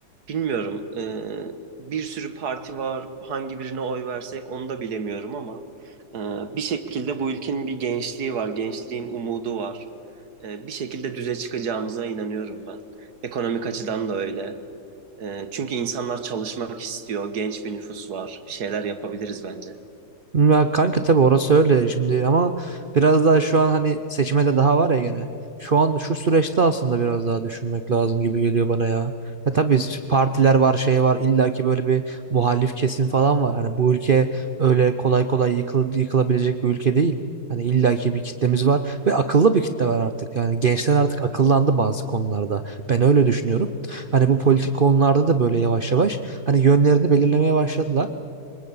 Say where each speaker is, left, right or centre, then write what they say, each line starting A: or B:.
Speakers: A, on the right; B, on the right.
A: Bilmiyorum. eee, bir sürü parti var. Hangi birine oy versek onu da bilemiyorum ama eee, bir şekilde bu ülkenin bir gençliği var. Gençliğin umudu var. Eee, bir şekilde düze çıkacağımıza inanıyorum ben. Ekonomik açıdan da öyle. Eee, çünkü insanlar çalışmak istiyor. Genç bir nüfus var. Bir şeyler yapabiliriz bence.
B: Ya kanka tabii orası öyle şimdi ama biraz daha şu an hani seçime de daha var ya gene. Şu an şu süreçte aslında biraz daha düşünmek lazım gibi geliyor bana ya. Ya tabii s- partiler var şey var illa ki böyle bir muhalif kesim falan var. Hani bu ülke öyle kolay kolay yıkıl, yıkılabilecek bir ülke değil. Hani illa ki bir kitlemiz var ve akıllı bir kitle var artık. Yani gençler artık akıllandı bazı konularda. Ben öyle düşünüyorum. Hani bu politik konularda da böyle yavaş yavaş hani yönlerini belirlemeye başladılar.